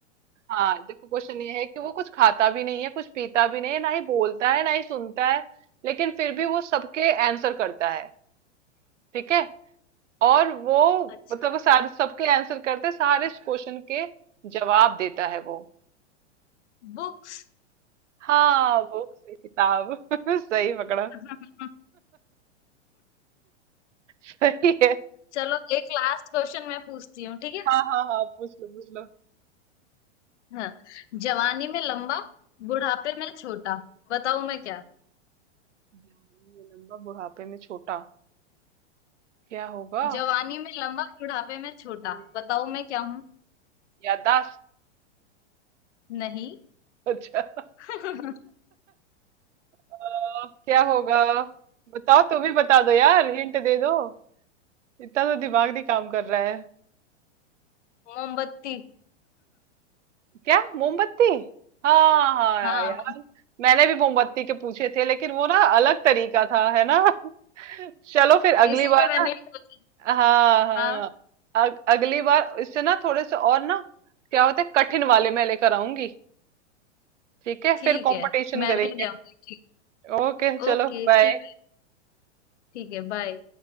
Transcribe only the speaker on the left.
अच्छा
बुक्स
<laughs>
चलो एक लास्ट क्वेश्चन मैं पूछती हूँ ठीक है
हाँ जवानी में लंबा बुढ़ापे में छोटा बताओ मैं क्या
जवानी में लंबा बुढ़ापे में छोटा
बताओ मैं क्या हूँ
नहीं
<laughs>
मोमबत्ती <laughs>
हाँ
इसीलिए
मैंने ये सोची
हाँ
ठीक
है मैं
भी ले आऊंगी ठीक
ओके
ठीक ठीक है बाय